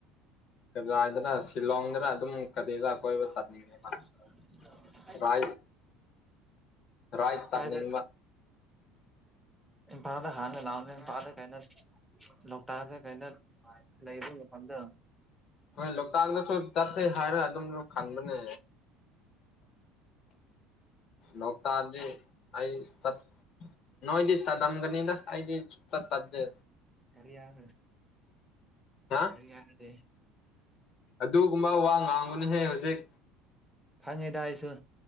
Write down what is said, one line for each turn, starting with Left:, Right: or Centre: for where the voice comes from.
Left: ꯀꯖ ꯍꯥꯏꯗꯅ ꯁꯤꯂꯣꯡꯗꯅ ꯑꯗꯨꯝ ꯀꯔꯤꯔꯥ
Centre: <unintelligible>
Left: ꯀꯣꯏꯕ ꯆꯠꯅꯤꯡꯉꯦꯕ ꯔꯥꯏꯠ ꯔꯥꯏꯠ ꯆꯠꯅꯤꯡꯕ
Centre: ꯀꯥꯏꯗ ꯏꯝꯐꯂꯗ ꯈꯅ ꯂꯥꯎꯝ ꯄꯥꯗ ꯀꯩꯅꯅ ꯂꯥꯑꯣꯇꯛꯇꯥ ꯀꯩꯅꯣ ꯂꯩꯕ ꯐꯗ
Left: ꯍꯣꯏ ꯂꯣꯛꯇꯥꯛ ꯑꯗꯁꯨ ꯆꯠꯁ ꯍꯥꯏꯔ ꯑꯗꯨꯝ ꯂ ꯈꯥꯟꯕꯕꯅꯦ꯫ ꯂꯣꯛꯇꯛ ꯑꯅꯤ ꯑꯩ ꯆꯠ ꯅꯣꯏꯣꯏꯗꯤ ꯆꯗꯝꯒꯅꯤꯗꯗꯤ ꯆꯠ ꯁꯨꯡꯆꯇ ꯆꯠꯇꯦ꯫
Centre: ꯀꯂꯤꯌꯥꯌꯥ
Left: ꯍꯥ
Centre: ꯀꯌꯥꯅꯗꯦ
Left: ꯑꯗꯨꯒꯨꯝꯕ ꯋꯥ ꯉꯥꯡꯕꯨꯅꯍꯦ ꯍꯧꯖꯤꯛ
Centre: ꯈꯪꯉꯦꯗ ꯍꯥꯏꯁꯨ